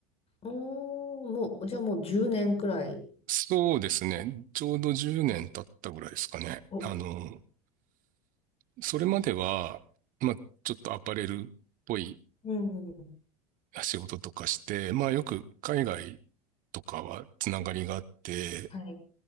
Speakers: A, on the left; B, on the right.
A: おー、もう、じゃあもう10年くらい。
B: そうですね、ちょうど10年経ったぐらいですかね。
A: お、う
B: あのーそれまでは、まあ、ちょっとアパレルっぽい
A: ねん。
B: 仕事とかして、まあよく海外とかはつながりがあって、
A: はい。